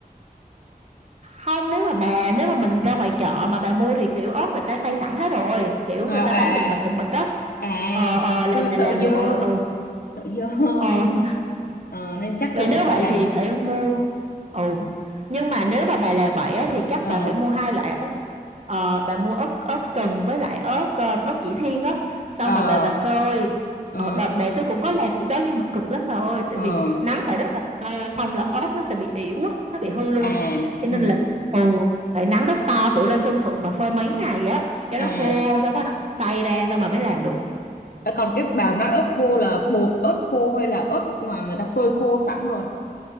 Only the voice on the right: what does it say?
không nếu mà bà nếu mà mình ra ngoài chợ mà bà mua thì kiểu ớt người ta xay sẵn hết rồi kiểu
người ta bán từng bịch
từng bịch đó
ờ
ờ là
về
làm
được rồi ừ
ờ
<laughs>
vậy
nếu
vậy
thì phải mua ồ nhưng mà nếu mà bà làm vậy á, thì chắc
bà phải mua hai loại ớt ờ, bà mua ớt ớt sừng với lại ớt ờ, ớt chỉ thiên á xong
mà bà bà phơi
ờ, đợt mẹ tôi cũng có làm cái đó nhưng mà cực lắm bà ơi tại
vì nắng phải rất là to không là ớt nó sẽ bị ỉu á nó bị hư luôn
cho
nên là ồ phải nắng rất to cử lên sân thượng bà phơi mấy ngày á cho
nó khô xong bắt đầu xay ra xong mà mới làm được